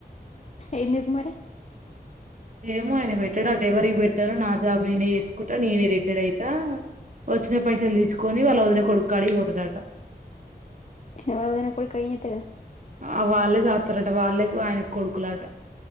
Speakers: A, on the left; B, on the right.
A: ఏమ్ చెప్పా మరి
B: ఏమో ఆయన పెట్టడట ఎవరికీ పెట్టారో నా జాబ్ నేనే చేసుకుంటా నేనే రిటైర్డ్ అయితా వచ్చిన పైసలు తీసుకొని వాళ్ళ వదిన కొడుకుకాడికి పోతాడుట
A: ఎవరి <inaudible> కొడుకైతే
B: ఆ వాళ్ళే సాక్స్తారట వాళ్ళే ఆయన కొడుకులట